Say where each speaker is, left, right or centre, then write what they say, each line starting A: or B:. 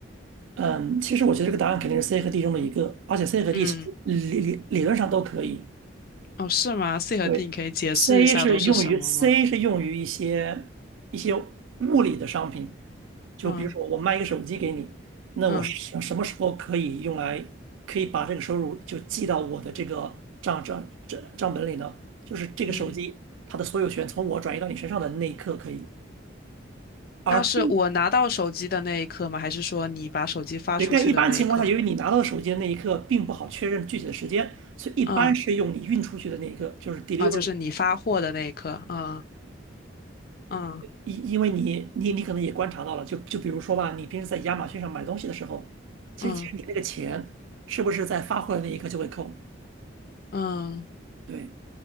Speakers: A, on the right (about 75°); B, on the left (about 45°).
A: 嗯，其实我觉得这个答案肯定是 C 和 D 中的一个，而且 C 和 D
B: 嗯，
A: 其实理理理论上都可以，
B: 哦，是吗？C 和
A: 对，
B: D 你可以解释一下都是什么吗？
A: C 是用于 C 是用于一些一些物理的商品，就比如说我卖一个手机给你，
B: 嗯
A: 那我什什么时候可以用来可以把这个收入就记到我的这个账账账账本里呢？
B: 嗯
A: 就是这个手机它的所有权从我转移到你身上的那一刻可以。
B: 嗯，
A: 而
B: 那是我拿到手机的那一刻吗？
A: D
B: 还是说你把手机发出去的那一刻？
A: 对，但一般情况下，由于你拿到手机的那一刻并不好确认具体的时间，所以一般是用你运出去的那一刻，
B: 嗯。
A: 就是 delivery。
B: 啊，就是你发货的那一刻啊，嗯
A: 因因为你你你可能也观察到了，就就比如说吧，你平时在亚马逊上买东西的时候，其实其实你那个钱是不是在发货的那一刻就会扣？
B: 嗯嗯
A: 对，